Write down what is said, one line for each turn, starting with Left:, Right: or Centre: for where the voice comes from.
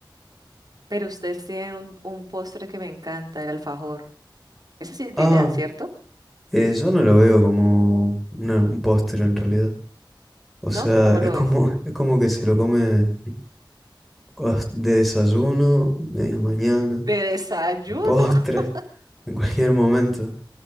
Right: Pero ustedes tienen un, un postre que me encanta, el alfajor. Esa sí es
Centre: Ah,
Right: de ya, ¿cierto?
Centre: eh, yo no lo veo como una- un postre en realidad. O
Right: ¿No?
Centre: sea,
Right: ¿Cómo
Centre: es
Right: lo
Centre: como,
Right: ves?
Centre: <laughs> es como que se lo come. cos- de desayuno, media mañana,
Right: De desayuno.
Centre: postre,
Right: <laughs>
Centre: <laughs> en cualquier momento.